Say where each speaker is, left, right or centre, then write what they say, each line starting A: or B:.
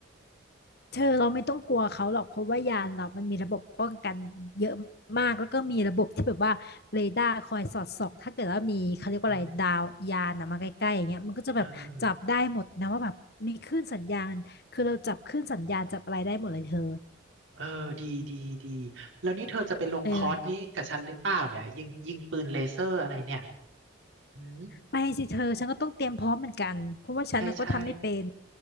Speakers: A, on the left; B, on the right.
A: เธอเราไม่ต้องกลัวเขาหรอกเพราะว่ายานเรามันมีระบบป้องกันเยอะมากแล้วก็มีระบบที่แบบว่าเรดาร์คอยสอดส่องถ้าเกิดว่ามีเขาเรียกว่าอะไรดาวยานนะมาใกล้ๆอย่างเงี้ยมันก็จะแบบจับได้หมดนะว่าแบบมีคลื่นสัญญาณคือเราจับคลื่นสัญญาณจับอะไรได้หมดเลยเธอ
B: อืมเออเออดีดีดีแล้วนี่เธอจะไปลงคอร์สนี้กับฉันหรือเปล่าเนี่ยยิงยิงปืนเลเซอร์อะไรเนี่ย
A: เออ
B: อืม
A: ไปสิเธอฉันก็ต้องเตรียมพร้อมเหมือนกันเพราะว่าฉันน่ะก็ทำไม่เป็น
B: ใช่ใช่